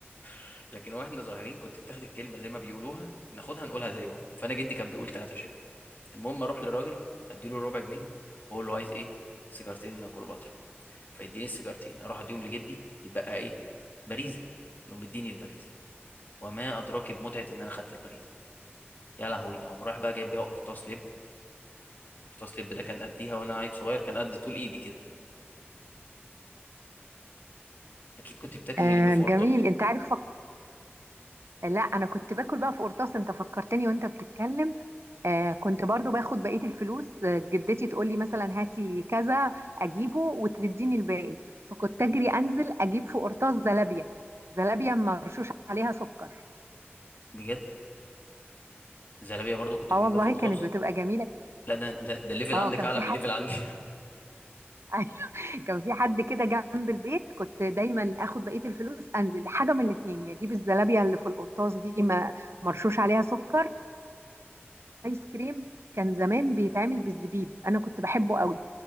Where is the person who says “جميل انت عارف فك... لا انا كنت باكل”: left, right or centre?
Right